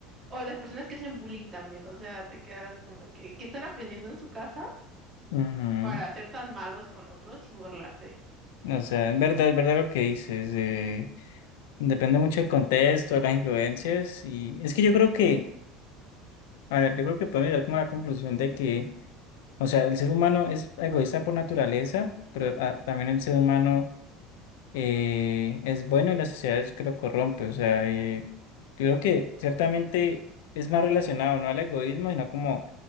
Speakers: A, on the right; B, on the left.
A: O las personas que hacen bullying también, o sea, te quedas como de que, que están aprendiendo en su casa
B: Ujú.
A: para ser tan malos con otros y burlarse.
B: O sea, es verdad, es verdad lo que dices. eh, depende mucho del contexto, de las influencias. Y es que yo creo que, a ver, yo creo que podemos llegar como a la conclusión de que, o sea, el ser humano es egoísta por naturaleza, pero ah, también el ser humano. eh, es bueno y la sociedad es que lo corrompe. O sea, eh, creo que ciertamente es más relacionado no al egoísmo, sino como